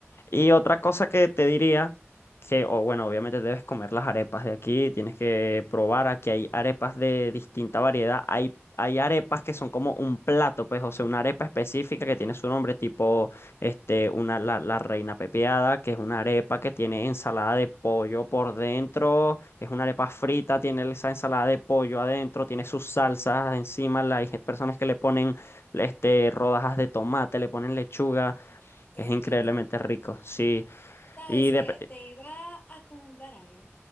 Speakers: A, on the left (about 60°); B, on the left (about 35°).
A: Y otra cosa que te diría, que, o bueno, obviamente debes comer las arepas de aquí, tienes que probar aquí hay arepas de distinta variedad. Hay, hay arepas que son como un plato, pues, o sea, una arepa específica que tiene su nombre, tipo, este, una, la, la reina pepiada, que es una arepa que tiene ensalada de pollo por dentro, es una
B: Ujú.
A: arepa frita, tiene esa ensalada de pollo adentro, tiene sus salsas encima, la- hay personas que le ponen, este, rodajas de tomate, le ponen lechuga.
B: Qué
A: Es increíblemente
B: rico.
A: rico, sí.
B: Sabes
A: Y de...
B: que te iba a comentar algo,